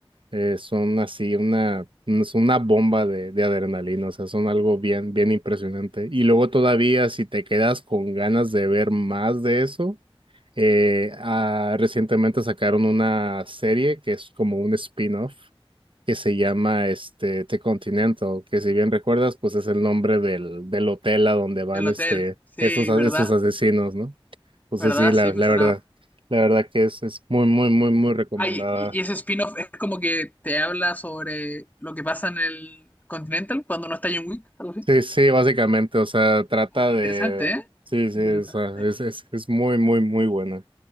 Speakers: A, on the right; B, on the left.
A: Eh, son así una, es una bomba de, de adrenalina, o sea, son algo bien, bien impresionante. Y luego todavía, si te quedas con ganas de ver más de eso, eh, ah, recientemente sacaron una serie que es como un spin-off que se llama este The Continental, que si bien recuerdas, pues es el nombre del, del hotel a donde van
B: Del hotel.
A: este,
B: Sí,
A: estos, a-
B: verdad.
A: estos asesinos, ¿no? Entonces
B: ¿Verdad?
A: sí, la,
B: Sí, me
A: la
B: sonaba.
A: verdad, la verdad que es, es muy, muy, muy, muy recomendada
B: Ay, y y ese spin-off es como que te habla sobre lo que pasa en el Continental cuando no está John Wick, algo así.
A: Sí, sí, básicamente, o sea, trata
B: Ah, interesante,
A: de...
B: ¿eh?
A: Sí, sí,
B: Interesante.
A: o sea, es, es, es muy, muy, muy buena.